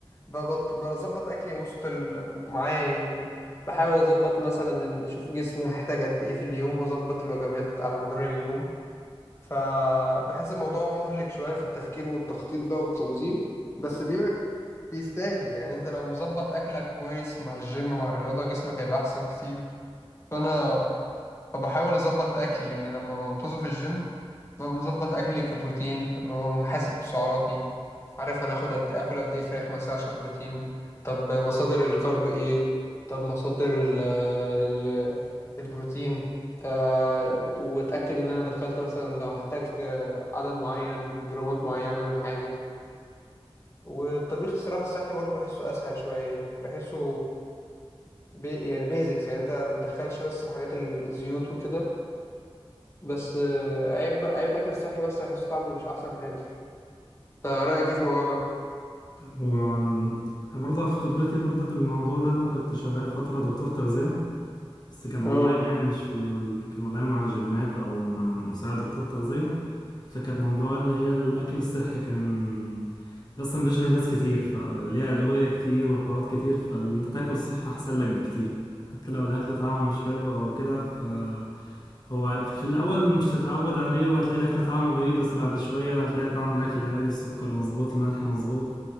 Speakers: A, on the left; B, on the left.
A: ببط- بظبط أكلي وسط ال... معايا يعني بحاول أظبط مثلا ال... أشوف جسمي هحتاج قد إيه في اليوم وأظبط الوجبات على مدار اليوم فبحس الموضوع مهلك شوية في التفكير والتخطيط بقى والتنظيم بس بي... بيستاهل يعني أنت لو مظبط أكلك كويس مع الجيم مع الرياضة جسمك هيبقى أحسن كتير فأنا فبحاول أظبط أكلي يعني لما بنتظم في الجيم ببقى مظبط اكلي كبروتين ببقى محاسب سعراتي عارف انا اخد قد إيه، اكل قد ايه فراخ مثلا عشان بروتين طب مصادر الكرب ايه طب مصادر ال ال البروتين آه واتاكد ان انا دخلت مثلا لو هحتاج آه، عدد معين جرامات معينه من حاجه والطبيخ الصراحه الصحي برضو بحسه اسهل شويه يعني بحسه بي يعني بيزكس يعني انت بتدخلش بس حاجات الزيوت وكده بس آه، عيب عيب الاكل الصحي بس بحسه طعمه مش احسن حاجه انت رأيك ايه في الموضوع ده؟
B: هو ال- برضه في خبرتي برضه في الموضوع ده انا كنت شغال فتره دكتور تغذيه بس كان اونلاين
A: اه
B: يعني مش في ال... كان اونلاين مع جيمات او مع مساعد دكتور تغذيه فكانت موضوع اللي هي الاكل الصحي كان اصلا بيشغل ناس كتير فليها ادويه كتير وحوارات كتير فاللي انت تاكل صحي احسن لك بكتير حتى لو الاكل طعمه مش حلو او كده ف هو في الأول مش هتتعود عليه وهتلاقي الأكل طعمه غريب بس بعد شوية هتلاقي طعم الأكل عادي السكر مظبوط الملح مظبوط